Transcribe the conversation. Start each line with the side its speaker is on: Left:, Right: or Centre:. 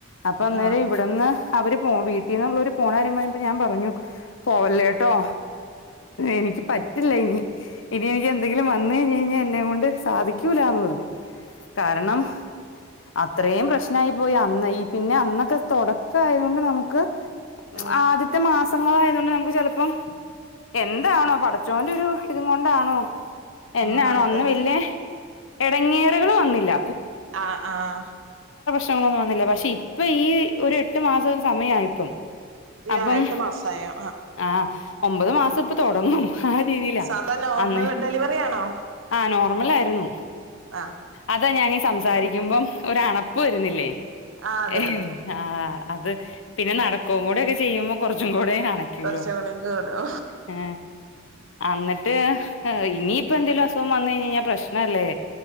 Left: അപ്പൊ അന്നേരം
Right: ആഹ്
Left: ഇവിടുന്ന്. അവര് പോ വീട്ടിൽന്നുള്ളൊരു പോന്നക്കരിയാംപറഞ്ഞപ്പോൾ ഞാൻ പറഞ്ഞു പോവല്ലേ ട്ടോ എനിക്ക് പറ്റില്ല. ഇനി ഇനി എനിക്ക് എന്തെങ്കിലും വന്ന കഴിഞ്ഞാൽ എന്നെ കൊണ്ട്. സാധിക്കൂലന്ന് പറഞ്ഞു കാരണം. അത്രയും പ്രശ്നായി പോയി അന്ന് ഈ പിന്നെ അന്നൊക്കെ തുടക്ക ആയത് കൊണ്ട് നമുക്ക്.
Right: ആഹ്
Left: ആദ്യത്തെ മാ സങ്ങൾ ആയത്. കൊണ്ട് നമുക്ക് ചിലപ്പം എന്താണോ പടച്ചോന്റെ ഒരു ഇത് കൊണ്ടാണോ. എന്നാണോ
Right: ആഹ് അതന്നെ
Left: ഒന്നും ഇല്ലേ, ഇട ങ്ങേറുകൾ വന്നില്ല.
Right: ആഹ ആഹ
Left: പ്രങ്ങളൊന്നും വന്നില്ല പക്ഷെ ഇപ്പൊ ഈ ഒരു എട്ട് മാസം സമയംപ്പം. ആയപ്പം
Right: ഈ
Left: അപ്പം
Right: ആഹ് എട്ട് മാസായോ
Left: ആഹ് ഒമ്പത് മാസം ഇപ്പൊ തുടങ്ങും. ആ. രീതിയിലാ
Right: സാധാ നോർമൽ
Left: അന്നേ
Right: ഡെലിവറി ആണോ
Left: ആ നോർമൽ. ആ യിരുന്നു
Right: ആഹ്
Left: അതാ ഞാനീ സംസാരിക്കുമ്പം ഒരു അണപ്പ് വരുന്നില്ലേ?
Right: ആഹ് അതെ
Left: ഏഹ്
Right: അതെ
Left: ആഹ അത് പിന്നെ നടക്കും കൂടെൊക്കെ ചെയ്യുമ്പോൾ കുറച്ചും കൂടി. കൂടെ അണക്കൂലോ,
Right: കുറച്ചും കൂടി കൂടും
Left: ഹെ, അന്നെ ടെ ഇനിയിപ്പോഎന്തേലും അസുഖം, വന്നു കഴിഞ്ഞാൽ പ്രശ്നമല്ലേ.